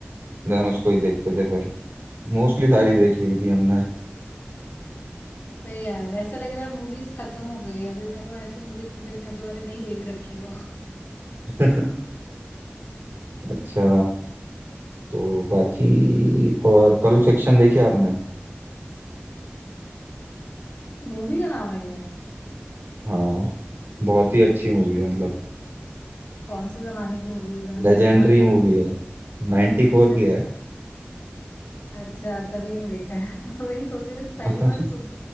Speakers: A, on the right; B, on the left.
A: देन उसको ही देखते थे फिर मोस्टली सारी देख ली थी हमने
B: वही यार ऐसा लग रहा है मूवीज खत्म हो गई है अभी मेरे को ऐसी मूवीज देखना है जो मैंने नहीं देख रखी हो
A: <laughs> अच्छा तो बाकी और पल्प फिक्शन देखी आपने
B: मूवी का नाम है ये
A: हाँ बहुत ही अच्छी मूवी है मतलब
B: कौन से जमाने की मूवीज है मैंने
A: लेजेंडरी
B: सुना भी
A: मूवी है 94
B: नहीं
A: की है
B: अच्छा तभी नहीं देखा है <laughs> वही सोच रही हूँ तो पहली
A: <laughs>
B: बार सुन